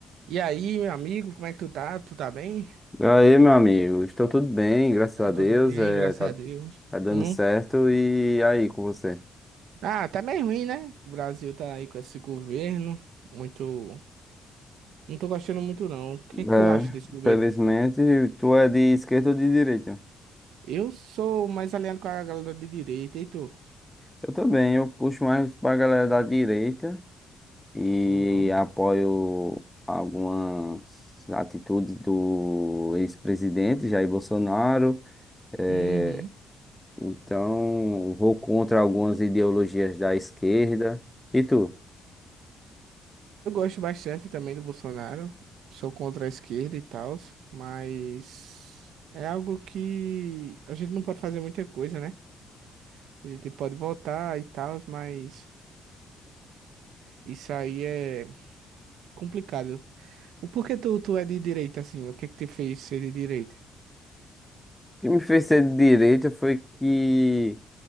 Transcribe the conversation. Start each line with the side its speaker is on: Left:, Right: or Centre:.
Right: E aí, meu amigo, como é que tu tá? Tu tá bem?
Centre: E aí, meu amigo, estou tudo bem, graças
Right: Tá
Centre: a
Right: tudo
Centre: Deus,
Right: bem,
Centre: é,
Right: graças
Centre: tá,
Right: a Deus.
Centre: tá dando
Right: Hum?
Centre: certo. E aí, com você?
Right: Ah, tá meio ruim, né? O Brasil tá aí com esse governo muito. Não tô gostando muito, não. O que
Centre: É,
Right: é que tu acha desse governo?
Centre: felizmente, tu é de esquerda ou de direita?
Right: Eu sou mais alinhado com a galera de direita, e tu?
Centre: Eu também, eu puxo mais pra galera da direita e
Right: Uhum.
Centre: apoio algumas atitudes do ex-presidente Jair Bolsonaro. É,
Right: Uhum.
Centre: então, vou contra algumas ideologias da esquerda. E tu? O
Right: Eu gosto bastante também do Bolsonaro. Sou contra a esquerda e tal, mas é algo que a gente não pode fazer muita coisa, né? A gente pode votar e tal, mas isso aí é Complicado. O porquê tu, tu é de direita, assim? O que que te fez ser de direita?
Centre: que me fez ser de direita foi que